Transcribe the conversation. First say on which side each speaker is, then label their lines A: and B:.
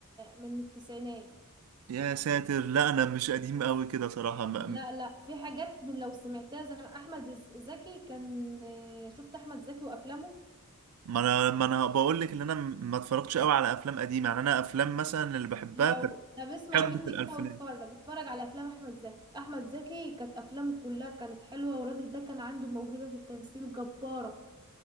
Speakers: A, on the right (about 20°); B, on the right (about 80°).
A: من التسعينات
B: يا ساتر لا أنا مش قديم قوي كده صراحة ما
A: لا لا في حاجات من لو سمعتها زي ما احمد ز- زكي كان آه، شفت احمد زكي وافلامه
B: ما أنا ما أنا بقول لك إن أنا ما اتفرجتش قوي على أفلام قديمة يعني أنا أفلام مثلا اللي بحبها
A: لو
B: كانت
A: طب اسمع
B: حقبة
A: مني
B: الألفينات
A: كده واتفرج اتفرج على افلام احمد زكي احمد زكي كانت افلامه كلها كانت حلوة والراجل ده كان عنده موهبة في التمثيل جبارة